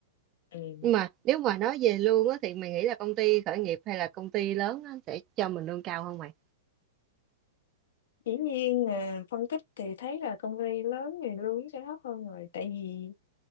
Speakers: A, on the left; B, on the right.
A: ừ.
B: nhưng mà nếu mà nói về lương á thì mày nghĩ là công ty khởi nghiệp hay là công ty lớn á sẽ cho mình lương cao hơn mày
A: dĩ nhiên ờ, phân tích thì thấy là công ty lớn thì lương sẽ thấp hơn rồi tại vì